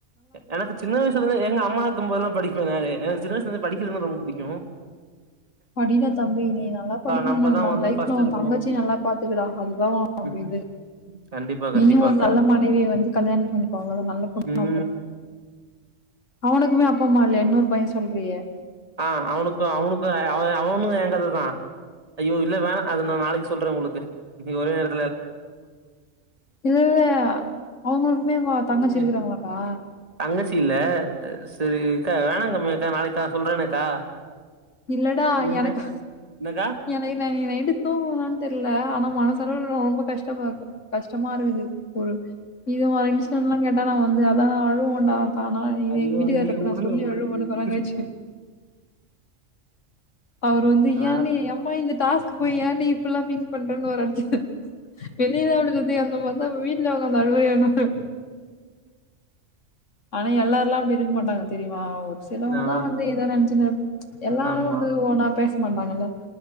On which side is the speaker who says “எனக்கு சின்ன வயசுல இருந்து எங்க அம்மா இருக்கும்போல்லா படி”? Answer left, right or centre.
Right